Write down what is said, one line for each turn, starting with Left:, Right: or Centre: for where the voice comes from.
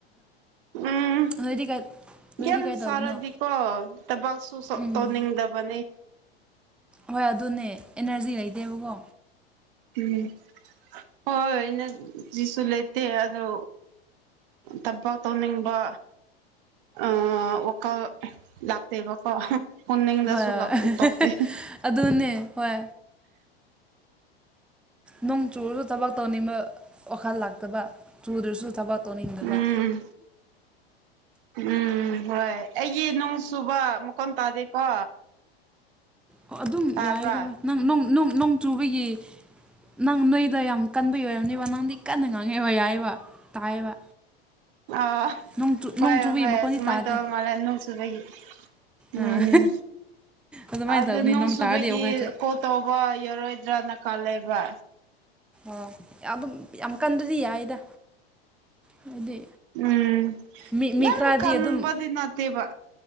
Right: ꯎꯝ
Centre: ꯅꯣꯏꯗꯤ ꯀꯩ ꯅꯣꯏꯗꯤ
Right: ꯌꯥꯝ
Centre: ꯀꯩ ꯇꯧꯕꯅꯣ
Right: ꯁꯥꯔꯗꯤ ꯀꯣ ꯇꯕꯛꯁꯨ <unintelligible>
Centre: ꯎꯝ
Right: ꯇꯧꯅꯤꯡꯗꯕꯅꯤ
Centre: ꯍꯣꯏ ꯑꯗꯨꯅꯦ ꯑꯦꯅꯔꯖꯤ ꯂꯩꯇꯦꯕꯀꯣ
Right: ꯎꯝ ꯍꯣꯏ ꯑꯦꯅ ꯖꯤꯁꯨ ꯂꯩꯇꯦ ꯑꯗꯣ ꯇꯕꯛ ꯇꯧꯅꯤꯡꯕ ꯑꯥ ꯋꯥꯈꯜ ꯂꯥꯛꯇꯦꯕꯀꯣ ꯑꯣꯟꯅꯤꯡꯗꯁꯨ
Centre: ꯍꯣꯏ ꯍꯣꯏ
Right: ꯂꯥꯛꯇꯦ ꯇꯣꯛꯇꯦ
Centre: ꯑꯗꯨꯅꯦ ꯍꯣꯏ ꯅꯪ ꯆꯨꯔꯒ ꯇꯕꯛ ꯇꯧꯅꯤꯡꯕ ꯋꯥꯈꯜ ꯂꯥꯛꯇꯕ ꯆꯨꯗ꯭ꯔꯁꯨ ꯊꯕꯛ ꯇꯧꯅꯤꯡꯗꯕ
Right: ꯎꯝ ꯎꯝ ꯍꯣꯏ ꯑꯩꯒꯤ ꯅꯣꯡ ꯁꯨꯕ ꯃꯈꯣꯟ ꯇꯥꯗꯦꯀꯣ
Centre: ꯑꯣ ꯑꯗꯨꯝ
Right: ꯇꯥꯕ꯭ꯔꯥ
Centre: ꯌꯥꯏꯌꯦꯗ ꯍꯣꯢ ꯅꯪ ꯅꯣꯡ ꯅꯣꯡ ꯅꯣꯡ ꯆꯨꯕꯒꯤ ꯅꯪ ꯅꯣꯏꯗ ꯌꯥꯝ ꯀꯟꯕꯒꯤ ꯑꯣꯏꯔꯝꯅꯤꯕ ꯅꯪꯗꯤ ꯀꯟꯅ ꯉꯥꯡꯉꯦꯕ ꯌꯥꯏꯌꯦꯕ ꯇꯥꯏꯌꯦꯕ
Right: ꯑ
Centre: ꯅꯣꯡ ꯆꯨ
Right: ꯍꯣꯏ
Centre: ꯅꯣꯡ ꯆꯨꯕꯒꯤ
Right: ꯍꯣꯏ
Centre: ꯃꯈꯣꯟꯗꯤ
Right: ꯁꯨꯃꯥꯏꯅ
Centre: ꯇꯥꯗꯦ
Right: ꯇꯧꯕ ꯃꯥꯜꯂꯦ ꯅꯣꯡꯁꯨꯨꯕꯒꯤ ꯎꯝ
Centre: ꯑꯥ ꯑꯗꯨꯃꯥꯏꯅ
Right: ꯑꯗꯨ
Centre: ꯇꯧꯕꯅꯤ
Right: ꯅꯣꯡ ꯁꯨꯕꯒꯤ
Centre: ꯇꯥꯔꯗꯤ ꯑꯩꯈꯣꯏꯁꯨ
Right: ꯀꯣꯜ ꯇꯧꯕ ꯌꯥꯔꯣꯏꯗ꯭ꯔꯥꯅ ꯈꯜꯂꯦꯕ
Centre: ꯑꯣ ꯑꯗꯨꯝ ꯌꯥꯝ ꯀꯟꯗ꯭ꯔꯗꯤ ꯌꯥꯏꯌꯦꯗ ꯍꯥꯏꯗꯤ
Right: ꯎꯝ
Centre: ꯃꯤ ꯃꯤ
Right: ꯌꯥꯝ
Centre: ꯈꯔꯗꯤ
Right: ꯈꯟꯕꯗꯤ
Centre: ꯑꯗꯨꯝ
Right: ꯅꯠꯇꯦꯕ